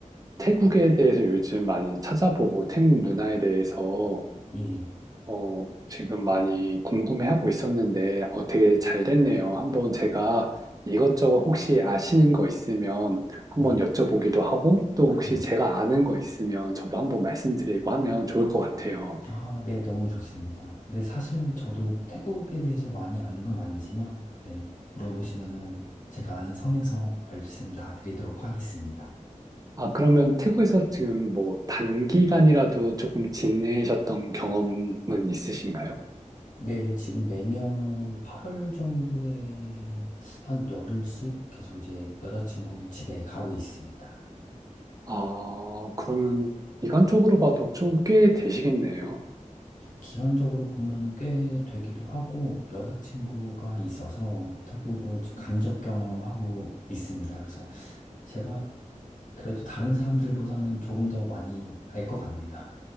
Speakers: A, on the right; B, on the left.
A: 태국에 대해서 요즘 많이 찾아보고 태국 문화에 대해서
B: 예.
A: 어, 지금 많이 궁금해하고 있었는데 어, 되게 잘 됐네요. 한번 제가 이것저것 혹시 아시는 거 있으면 한번
B: 네.
A: 여쭤보기도 하고 또 혹시
B: 네.
A: 제가 아는 거 있으면 저도 한번 말씀드리고 하면 좋을 것 같아요.
B: 아, 네. 너무 좋습니다. 근데 사실 저도 태국에 대해서 많이 아는 건 아니지만, 네. 물어보시면은 제가 아는 선에서 말씀 다 드리도록 하겠습니다.
A: 아, 그러면 태국에서 지금 뭐 단기간이라도 조금 지내셨던 경험은 있으신가요?
B: 네, 지금 매년 8월 정도에 한 열흘씩 계속 이제 여자친구 집에 가고 있습니다.
A: 아, 그러면 기간적으로 봐도 좀 꽤 되시겠네요.
B: 기간적으로 보면은 꽤 되기도 하고 여자친구가 있어서 태국을 지금 간접 경험하고 있습니다. 그래서 제가 그래도 다른 사람들보다는 조금 더 많이 알 것 같네요.